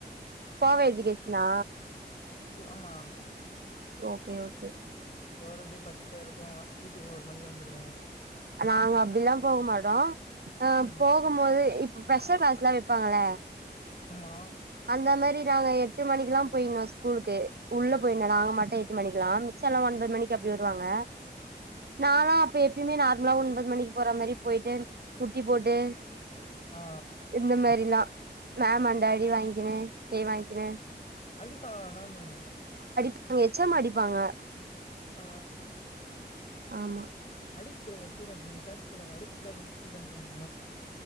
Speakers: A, on the right; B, on the left.
A: கோவை எஜுகேஷனா
B: ஸ்கு ஆமா
A: ஓகே ஓகே
B: போறது பத்து இருக்கு வீட்டுக்கு ஒரு மணிக்கு வந்துருவே
A: நாங்க அப்டிலா போக மாட்டோ ஆஹ்
B: ம்
A: போகும்போது இப்ப ஸ்பெசல் க்ளாஸ்லா வெப் ப்பாங்கள
B: ஆமா
A: அந்த மாரி நாங்க எட்டு மணிக்குல்லாம் போய்ட்னு ஸ்கூலுக்கு உள்ள போய்ட்னு நாங்க மட்டு எட்டு மண்ணிக்கலா செல்லா ஒன்பது மணிக்கு
B: ம்
A: அப்டி வருவாங்க நாளா அப்ப எப்யுமே நார்மலா ஒன்பது மணி போற மாறி போய்ட்டு உட் டீ போட்டு
B: ஆ
A: இந்த மாரிலா மேம் ஆண்ட அடி வாங்கி கின்னு கே வாங்கிகின்னு
B: அடிப்பாங்களா மேம்
A: அவங்க எச் எம் அடிப்பாங்க
B: ஆ
A: ஆமா
B: அடிக்க கூடாது ஸ்டூெடன் நீங் கேக்க கூடாதா அடிக் கூடாதுனுச் ஸ்டூடெண்டுன்னு